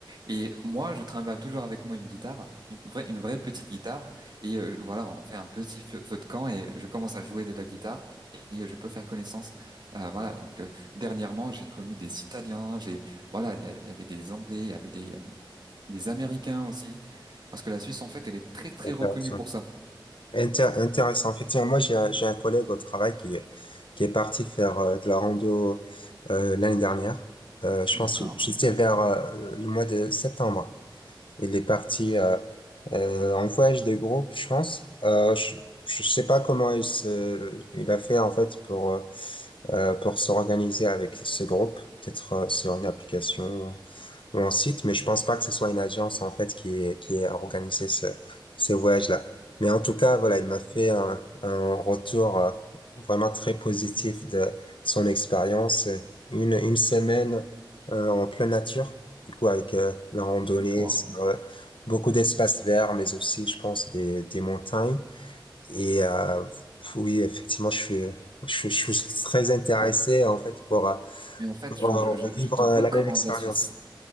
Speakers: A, on the right; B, on the left.
A: Et moi, je trimballe toujours avec moi une guitare, une vraie, une vraie petite guitare. Et euh, voilà, on fait un petit feu, feu de camp et je commence à jouer de la guitare et euh, je peux faire connaissance. Euh, voilà, donc euh, dernièrement, j'ai connu des Italiens, j'ai, voilà, il y a- il y avait des Anglais, il y avait des, euh, des Américains aussi. Parce que la Suisse, en fait, elle est très, très
B: intéressant.
A: reconnue pour ça.
B: Inté- intéressant. Effectivement, moi, j'ai, un- j'ai un collègue au travail qui, est- qui est parti faire euh, de la rando euh, l'année dernière. Euh, je
A: D'accord.
B: pense, que j'étais vers euh, le mois de septembre. Il est parti euh, euh, en voyage de groupe, je pense. Euh, je, je sais pas comment il se, il a fait en fait pour euh, euh, pour s'organiser avec ce groupe, peut-être euh, sur une application un site, mais je pense pas que ce soit une agence en fait qui est, qui a organisé ce, ce voyage-là. Mais en tout cas, voilà, il m'a fait un, un retour euh, vraiment très positif de, de son expérience. Une, une semaine euh, en pleine nature, du coup avec euh, la randonnée
A: D'accord.
B: sur euh, beaucoup d'espaces verts, mais aussi, je pense, des, des montagnes. Et euh, oui, effectivement, je suis, je, je suis très intéressé en fait pour, euh,
A: Mais en fait,
B: pour,
A: je, je, je
B: euh, vivre
A: je te
B: euh,
A: recommande
B: la même expérience.
A: la Suisse.